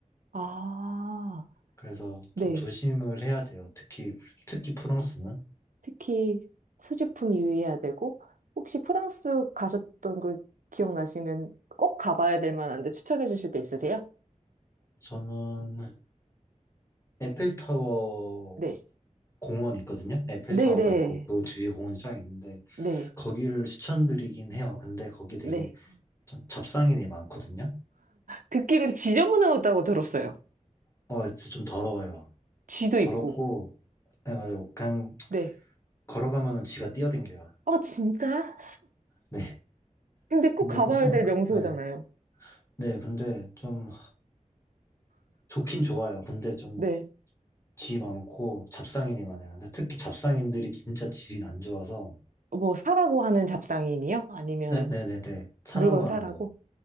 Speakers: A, on the right; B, on the left.
A: 아,
B: 그래서
A: 네.
B: 좀 조심을 해야 돼요. 특히, 특히 프랑스는.
A: 특히 소지품 유의해야 되고, 혹시 프랑스 가셨던 거 기억나시면 꼭 가봐야 될 만한데 추천해 주실 데 있으세요?
B: 저는 에펠타워
A: 네.
B: 공원 있거든요. 에펠타워가
A: 네네.
B: 있고 그 주위에 공원이 쫙 있는데
A: 네.
B: 거기를 추천드리긴 해요. 근데 거기 되게
A: 네.
B: 좀 잡상인이 많거든요.
A: 듣기론 지저분하다고 들었어요.
B: 어, 진짜 좀 더러워요.
A: 쥐도
B: 더럽고,
A: 있고.
B: 네, 맞아요. 그냥
A: 네.
B: 걸어가면은 쥐가 뛰어댕겨요.
A: 아, 진짜?
B: 네.
A: 근데 꼭
B: 근데
A: 가봐야
B: 그 좀,
A: 될 명소잖아요.
B: 네. 네, 근데 좀 좋긴 좋아요. 근데 좀
A: 네.
B: 쥐 많고 잡상인이 많아요. 근데 특히 잡상인들이 진짜 질이 안 좋아서
A: 뭐, 사라고 하는 잡상인이요? 아니면
B: 네, 네네네 차라고
A: 물건 사라고?
B: 하는 거.